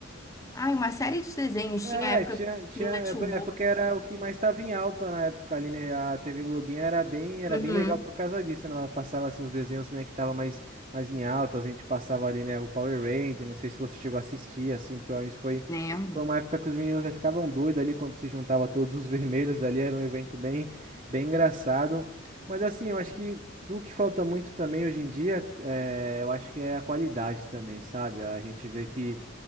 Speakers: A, on the left; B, on the right.
A: Ai, uma série de desenhos.
B: É,
A: Tinha a época
B: tinha, tinha,
A: do Cartoon
B: é por- é
A: Network.
B: porque era o que mais estava em alta na época ali, né? A TV Globinho era bem, era
A: Uhum,
B: bem legal por causa disso, né? Ela passava assim os desenhos, né, que tava mais, mais em alta, a gente passava ali, né, o Power Ranger, não sei se você chegou a assistir assim, porque o Orange foi
A: lembro.
B: foi uma época que os meninos né, ficavam doidos ali quando se juntava todos os vermelhos ali, era um evento bem, bem engraçado. Mas assim, eu acho que do que falta muito também hoje em dia, é, eu acho que é a qualidade também, sabe? A gente vê que